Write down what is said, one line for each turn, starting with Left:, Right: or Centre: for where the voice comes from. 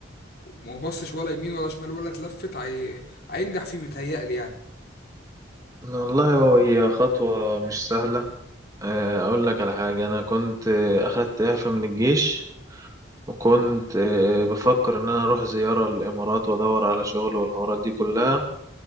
Left: وما بصش ولا يمين ولا شمال ولا اتلفت هي... هينجح فيه متهيألي يعني
Right: والله هو هي خطوة مش سهلة آه، أقول لك على حاجة أنا كنت آه، أخدت إعفاء من الجيش وكنت آه، بفكر إن أنا أروح زيارة للإمارات وأدور على شغل والحوارات دي كلها